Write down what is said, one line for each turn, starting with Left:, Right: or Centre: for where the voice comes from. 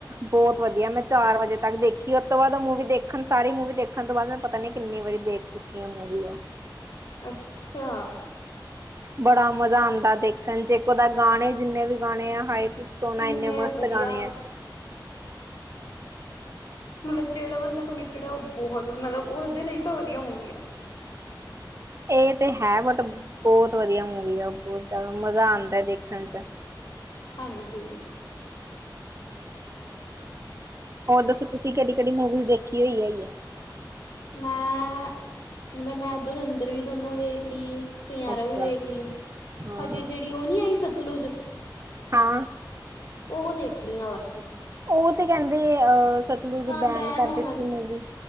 Right: ਬਹੁਤ ਵਧੀਆ ਮੈਂ ਚਾਰ ਵਜੇ ਤੱਕ ਦੇਖੀ ਉਹ ਤੋਂ ਉ ਬਾਅਦ ਮੂਵੀ ਦੇਖਣ ਸਾਰ ਮੂਵੀ ਦੇਖਣ ਤੋ ਬਾਦ ਪਤਾ ਨੀ ਕਿੰਨੀ ਵਾਰੀ ਦੇਖ ਚੁੱਕੀ ਆ ਮੂਵੀ ਆਹ
Left: ਅੱਛਾ ਆ
Right: ਬੜਾ ਮਜ਼ਾ ਆਉਂਦਾ ਦੇਖਣ ਜੇ ਇੱਕੋ ਗਾਣੇ ਜਿੰਨੇ ਵੀ ਗਾਣੇ ਹਾਏ ਸੋਨਾ
Left: ਇੰਨੇ
Right: ਇਨੇ ਮਸਤ
Left: ਵਧੀਆ
Right: ਗਾਣੇ ਐ
Left: ਮਤਲਬ ਜਿਹੜਾ ਬੰਦਾ ਕਮਿਟਡ ਐ ਉਹ ਬਹੁਤ ਮਤਲਬ ਉਹਦੇ ਲਈ ਤਾਂ ਵਧੀਆ ਮੂਵੀ ਆ
Right: ਏ ਤੇ ਹੈ ਬਟ ਬਹੁਤ ਵਧੀਆ ਮੂਵੀ ਆ ਬਹੁਤ ਜ਼ਿਆਦਾ ਮਜ਼ਾ ਆਉਂਦਾ ਐ ਦੇਖਣ 'ਚ
Left: ਹਾਂਜੀ ਈ
Right: ਹੋਰ ਦੱਸੋ ਤੁਸੀਂ ਕਿਹੜੀ-ਕਿਹੜੀ ਮੂਵੀਜ਼ ਦੇਖੀ ਹੋਈ ਹੈ ਹੀ ਹੈ।
Left: ਮੈਂ ਮਤਲਬ ਮੈਂ ਧੁਰਂਦਰ ਅਵੀ ਦੋਨੋ ਵੇਖ ਲਈ। ਸੁਨਿਆਰੇ
Right: ਅੱਛਾ
Left: ਵੀ ਵੇਖ ਲਈ
Right: ਹਾਂ
Left: ਹਜੇ ਜੇਹੜੀ ਉ ਨੀ ਆਈ ਸਤਲੁਜ
Right: ਹਾ।
Left: ਉ ਦੇਖਣੀ ਆ ਬਸ
Right: ਉਹ ਤੇ ਕਹਿੰਦੇ ਅਹ ਸਤਲੁਜ
Left: ਹਾਂ
Right: ਬੈਨ ਕਰ
Left: ਹੋਣ
Right: ਦਿੱਤੀ
Left: ਵਾਲੀ
Right: ਮੂਵੀ